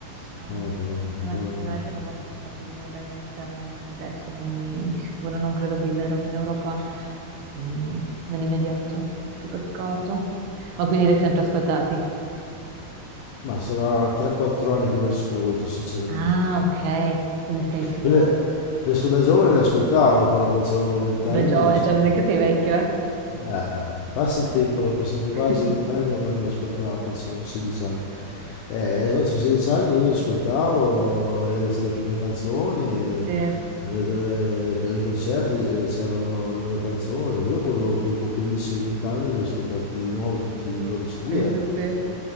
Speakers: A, on the left; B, on the right.
A: Eh,
B: Ah,
A: però,
B: eh,
A: perché
B: ma effettivamente
A: non-
B: non va più tanto di moda il metal e il resto, quindi di sicuro non credo che li vedremo in Europa mm, nell'immediato. Che peccato. Ma quindi li hai sempre ascoltati?
A: Ma sarà 3-4 anni che li ascolto, sinceramente.
B: Ah, ok, quindi sei più
A: Poi le- le asco- da giovane li ascoltavo, però quando avevo 20
B: da
A: anni
B: giovane,
A: li ascoltavo.
B: cioè non è che sei vecchio, eh?
A: Eh, passa il tempo, sono passati quasi
B: <laughs>
A: vent'anni da quando ascoltavo, quando avevo 16 anni. Eh, quando avevo 16 anni io li ascoltavo, era- c'erano le prime canzoni, e,
B: Sì.
A: eh, ai concerti c- c'erano le loro canzoni, Poi dopo, dopo, dopo 15-20 anni li ho ascoltati di nuovo tutti i loro CD.
B: Sì,
A: eh.
B: sì, sì.